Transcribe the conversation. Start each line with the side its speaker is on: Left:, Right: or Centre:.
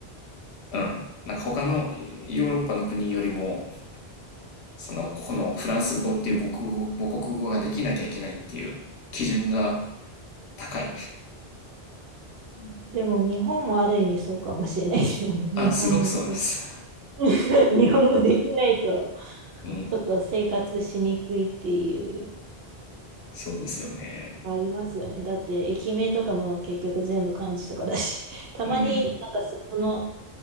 Left: うん。なんか他のヨーロッパの国よりも、その、このフランス語っていう母国語、母国語ができなきゃいけないっていう基準が高い。
Right: うんでも、日本もある意味そうかもしれないですよね。<laughs> 日本語、
Left: あ、すごくそうなんです。
Right: <laughs> 日本語できないと、
Left: うん。
Right: ちょっと生活しにくいっていう、
Left: そうですよね。
Right: ありますよね。だって、駅名とかも結局全部漢字とかだし、<laughs> たまになんかその
Left: うん。